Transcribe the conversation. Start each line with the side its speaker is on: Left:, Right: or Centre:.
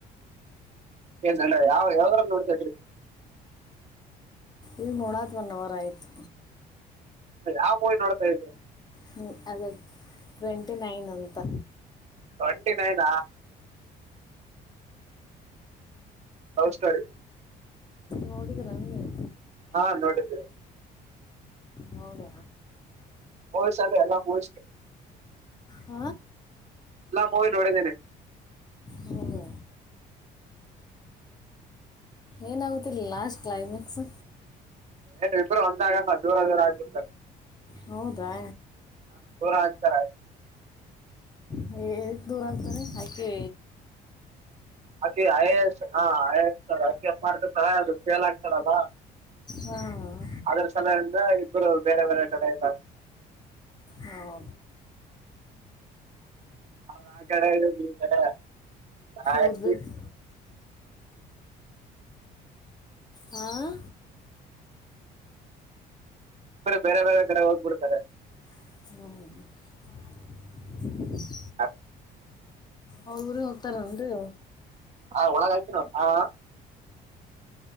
Right: ಏನ್ ಯಾವ ಯಾವ ನೋಡ್ತ
Left: ಈಗ ನೋಡತ ಒನ್ ಅವರ್ ಆಯಿತು.
Right: ಯಾವ ಮೂವಿ ನೋಡ್ತಾ ಇದೀವಿ
Left: ಹ ಅದ ಟ್ವೆಂಟಿ ನೈನ್ ಅಂತ
Right: ಟ್ವೆಂಟಿ ನೈನ್ ಹೌಸ್ಟರಿ ರೀ
Left: ನೋಡಿದ್ರ ನೀವು
Right: ಹಾ ನೋಡಿದ್ದವಿ
Left: ಹೌದ
Right: ಹ್ ಚಲ್ಲ ಎಲ್ಲ ಹ.
Left: ಆ
Right: ಹೋಗಿ ನೋಡಿದ್ದೇನೆ
Left: ಹೌದಾ ಏನಾಗುತ್ತ ಇಲ್ಲಿ ಲಾಸ್ಟ್ ಕ್ಲೈಮ್ಯಾಕ್ಸ್.
Right: ಏ ಇಬ್ರು ಒಂದಾಗಲ್ಲ ದೂರ ದೂರ ಆಗ್ಬಿಡ್ತಾರೆ.
Left: ಹೌದಾ.
Right: ಹಾ ದೂರ ಆಗ್ತಾರ.
Left: ಹ ದೂರ ಆಗ್ತಾರೆ ಹಾಕಿ
Right: ಅಕೆ ಐಎಸ್ ಐಎಸ್ ಎ ಐಪಿಸ್ ಮಾಡಿದರಾ ಚನ್ನಗಿರತ್ತಿತ್ತು ಸಲ್ ಆಗ್ತಾಡಲ್ಲ. ಅದ್ರ
Left: ಹಾಂ
Right: ಅದರ ಸಲುವಾಗಿ ಅಂದ ಇಬ್ಬರು ಬೇರೆ ಬೇರೆ ಕಡೆ ಇದ್ದಾರೆ
Left: ಹೌ
Right: ಹೌದ ಆ ಕಡೆ ಇದ್ದಿದ್ ಈ ಕಡೆ ಆತ
Left: ಓದ್ಬೇಕು ಹಾಂ
Right: ಬ ಬೇರೆ ಬೇರೆ ಕಡೆ ಹೋಗ್ಬಿಡ್ತು ಸ
Left: ಹ್ಮ್
Right: ಹ
Left: ಅವ ಊರಿಗೆಗ್ ಹೋಗ್ತಾರ ಅನ್ರಿ
Right: ಹಾ ಒಳಗಾತ ನೋ ಹ